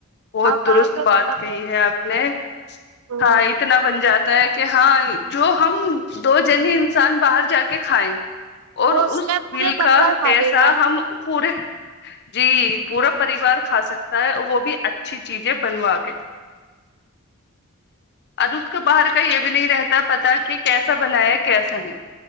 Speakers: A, on the left; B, on the right.
A: بہت درست
B: باہر کا
A: بات
B: کھانا
A: کہی
B: بن
A: ہے آپ نے
B: تو
A: ہاں اتنا بن جاتا ہے کہ ہاں جو ہم دو جنے انسان باہر جا کے کھائیں اور
B: وہ
A: اس
B: میں پورے
A: بل
B: پریوار
A: کا
B: کھا
A: پیسہ
B: لے گا
A: ہم پورے جی پورا پریوار کھا سکتا ہے وہ بھی اچھی چیزیں بنوا کے اور اس کو باہر کا یہ بھی نہیں رہتا پتا کہ کیسا بنایا کیسا نہیں